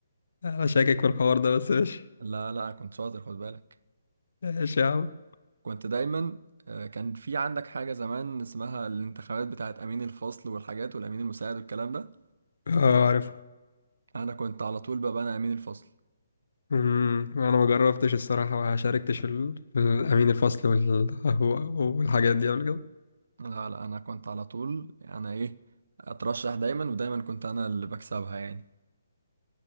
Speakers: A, on the left; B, on the right.
A: انا شاكك في الحوار ده بس ماشي
B: لا لا كنت شاطر خد بالك
A: ماشي يا عم
B: كنت دايما آه، كان في عندك حاجة زمان اسمها الانتخابات بتاعت أمين الفصل والحاجات والأمين المساعد والكلام ده
A: اه عارف
B: أنا كنت على طول بقى أنا أمين الفصل
A: امم، انا ما جربتش الصراحة ما شاركتش في ال- في الامين الفصل وال- والحاجات دي قبل كده
B: لا لا أنا كنت على طول أنا إيه أترشح دايما ودايما كنت أنا اللي بكسبها يعني